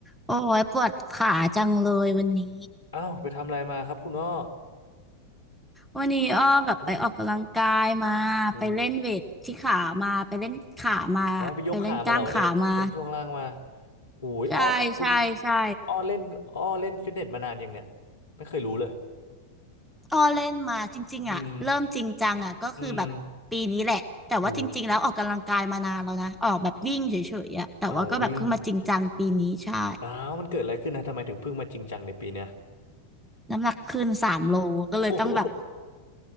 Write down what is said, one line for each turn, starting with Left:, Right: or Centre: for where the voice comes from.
Centre: โอ้ยปวดขาจังเลยวันนี้
Left: อ้าวไปทำอะไรมาครับคุณอ้อ
Centre: วันนี้อ้อแบบไปออกกำลังกายมาไปเล่นเวทที่ขามาไปเล่นขามาไปเล่นกล้ามขามา
Left: หืมอูอ๋อไปยกขามาเหรอวันนี้เล่นช่วงล่างมาอุ้ยอ้อคุณ
Centre: ใช่ใช่ใช่
Left: อ้อเล่นอ้อเล่นฟิตเนสมานานยังเนี่ยไม่เคยรู้เลย
Centre: อ้อเล่นมาจริงๆอ่ะเริ่มจริงจังอ่ะก็คือแบบปีนี้แหละแต่ว่าจริงๆแล้วออกกำลังกายมานานแล้วนะออกแบบวิ่งเฉยๆอ่ะแต่ว่าก็แบบเพิ่งมาจริงจังปีนี้ใช่
Left: อืมอืมอูเอาวิ่งอ้าวมันเกิดอะไรขึ้นนะทำไมถึงเพิ่งมาจริงจังในปีเนี้ย
Centre: น้ำหนักขึ้นสามโลก็เลยต้องแบบ
Left: โอ้โห